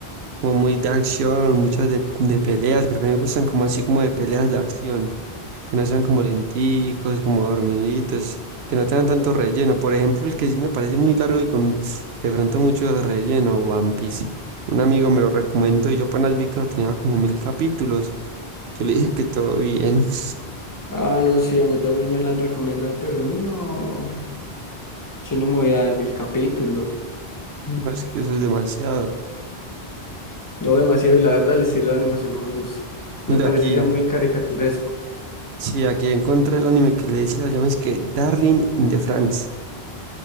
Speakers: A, on the right; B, on the left.
A: como muy de acción, muchas de, de peleas, porque a mí me gustan como así como de peleas de acción, que no sean como lenticos, como dormiditos, que no tengan tanto relleno. Por ejemplo, el que sí me parece muy largo y con de pronto mucho relleno, One Piece. Un amigo me lo recomendó y yo apenas vi que tenía como mil capítulos. Yo le dije que todo bien. <laughs>
B: Ah, no, sí, a mí también me la han recomendado, pero no. Yo no me voy a dar mil capítulos. Mm.
A: No, es que eso es demasiado.
B: Lo veo demasiado y la verdad el estilo de animación no me gusta. Me
A: Mira
B: parece
A: aquí,
B: ya muy caricaturesco.
A: sí, aquí encontré el anime que le decía, llama es que Darling in the Franxx.